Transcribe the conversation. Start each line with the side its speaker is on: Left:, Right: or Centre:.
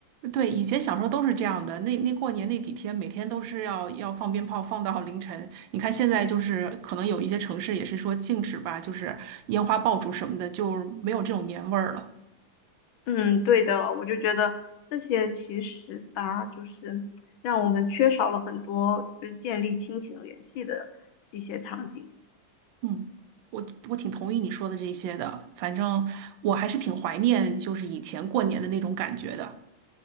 Right: 对，以前小时候都是这样的。那那过年那几天，每天都是要要放鞭炮，放到凌晨。你看现在就是可能有一些城市也是说禁止吧，就是烟花爆竹什么的，就没有这种年味儿了。
Left: 嗯，对的，我就觉得这些其实吧，就是让我们缺少了很多就是建立亲情联系的一些场景。
Right: 嗯，我我挺同意你说的这些的，反正我还是挺怀念就是以前过年的那种感觉的。